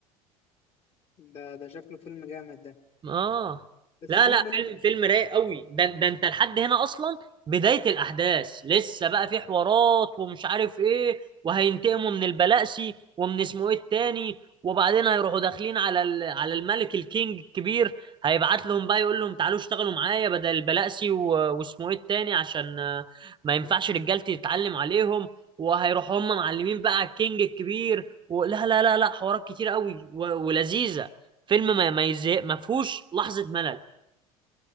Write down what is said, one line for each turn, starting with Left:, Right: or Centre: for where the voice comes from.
Left: ده ده شكله فيلم جامد ده
Right: اه
Left: بس
Right: لا
Left: بيني
Right: لا
Left: وبينك
Right: فيلم فيلم رايق قوي ده ده انت لحد هنا اصلا بداية الاحداث لسه بقى في حوارات ومش عارف ايه وهينتقموا من البلاسي ومن اسمه ايه التاني وبعدين هيروحوا داخلين على ال... على الملك الكينج الكبير هيبعت لهم بقى يقول لهم تعالوا اشتغلوا معايا بدل البلاسي و... واسمه ايه التاني عشان آه، ما ينفعش رجالتي تتعلم عليهم وهيروحوا هم معلمين بقى على الكينج الكبير ولا لا لا لا لا، حوارات كتير قوي و... ولذيذة فيلم ما ما يزهق ما فيهوش لحظة ملل